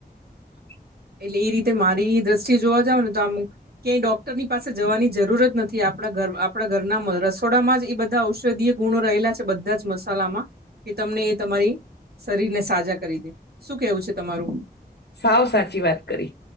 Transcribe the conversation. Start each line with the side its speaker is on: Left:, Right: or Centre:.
Left: <inaudible>
Right: એટલે એ રીતે મારી દ્રષ્ટિએ જોવા જાવ ને તો આમ ક્યાંય ડોક ડકરની પાસે જવાની જરૂરત નથી આપણા ઘર આપણા ઘરના રસોડામાં જ એ બધા ઔષધીય ગુણો રહેલા છે. બધા બધા જ મસાલામાં કે તમને એ તમારી શરીરને સાજા કરી દે શું કેવું છે તમારું?
Left: સાવ સાચી વાત કરી